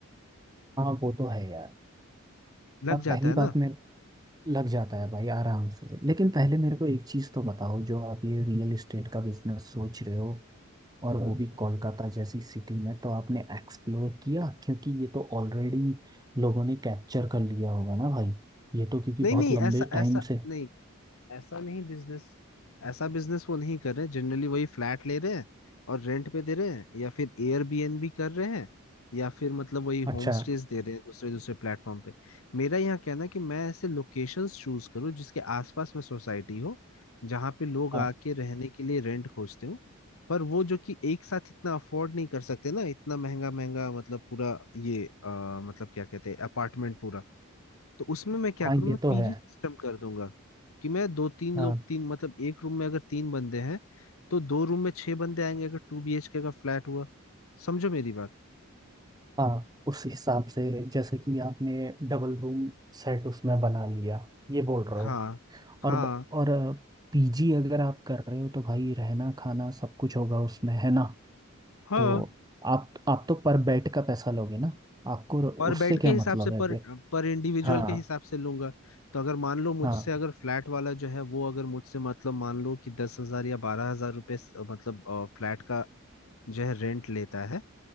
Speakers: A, on the right (about 20°); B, on the left (about 80°).
A: हाँ वो तो है यार
B: लग
A: और
B: जाता
A: पहली
B: है
A: बात
B: ना
A: में लग जाता है भाई आराम से लेकिन पहले मेरे को एक चीज़ तो बताओ जो आप ये रियल इस्टेट का बिजनेस सोच रहे हो और वो
B: हाँ,
A: हम्म, भी कोलकाता जैसी सिटी में तो आपने एक्सप्लोर किया क्योंकि ये तो ऑलरेडी लोगों ने कैप्चर कर लिया होगा ना भाई ये तो क्योंकि
B: नहीं
A: बहुत
B: नहीं
A: लंबे
B: ऐसा
A: टाइम
B: ऐसा
A: से
B: नहीं ऐसा नहीं बिजनेस ऐसा बिजनेस वो नहीं कर रहे जनरली वही फ्लैट ले रहे हैं और रेंट पे दे रहे हैं या फिर एयरबीएनबी कर रहे हैं या फिर मतलब वही
A: अच्छा
B: होम स्टेज दे रहे हैं दूसरे दूसरे प्लेटफॉर्म पे मेरा यहाँ कहना है कि मैं ऐसे लोकेशंस चूज करूँ जिसके आसपास में सोसाइटी हो जहाँ पे लोग
A: हाँ
B: आके रहने के लिए रेंट खोजते हो पर वो जो कि एक साथ इतना अफोर्ड नहीं कर सकते ना इतना महंगा महंगा मतलब पूरा ये अ, मतलब क्या कहते हैं अपार्टमेंट पूरा तो उसमें मैं क्या
A: हाँ,
B: करूँ
A: ये
B: मैं
A: तो
B: पीजी
A: है
B: सिस्टम कर दूंगा कि मैं दो तीन
A: हाँ
B: लोग तीन मतलब एक रूम में अगर तीन बंदे हैं तो दो रूम में छह बंदे आएंगे अगर टू बीएचके का फ्लैट हुआ समझो मेरी बात
A: हाँ उस हिसाब से जैसे कि आपने डबल रूम सेट उसमें बना लिया ये बोल रहे
B: हाँ
A: हो और
B: हाँ
A: ब- और पीजी अगर आप कर रहे हो तो भाई रहना खाना सब कुछ होगा उसमें है ना
B: हाँ
A: तो आप आप तो पर बेड का पैसा लोगे ना आपको
B: और
A: उससे
B: बेड
A: क्या
B: के हिसाब
A: मतलब
B: से पर
A: है
B: पर इंडिविजुअल
A: हाँ
B: के हिसाब से लूंगा तो अगर मान लो मुझसे
A: हाँ
B: अगर फ्लैट वाला जो है वो अगर मुझसे मतलब मान लो कि दस हजार या बारह हजार रुपये मतलब फ्लैट का जो है रेंट लेता है